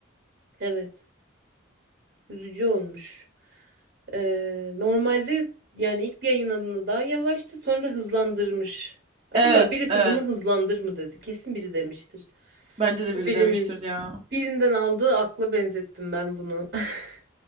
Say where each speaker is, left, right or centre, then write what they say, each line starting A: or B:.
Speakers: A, on the right (about 55°); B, on the right (about 30°).
A: Evet. Üzücü olmuş. Ee, normalde yani ilk bir yayınladığında daha yavaştı, sonra hızlandırmış. Acaba
B: Evet,
A: birisi
B: evet.
A: bunu hızlandır mı dedi? Kesin biri demiştir.
B: Bence de
A: Bu
B: biri
A: birinin
B: demiştir ya.
A: birinden aldığı akla benzettim ben bunu. <laughs>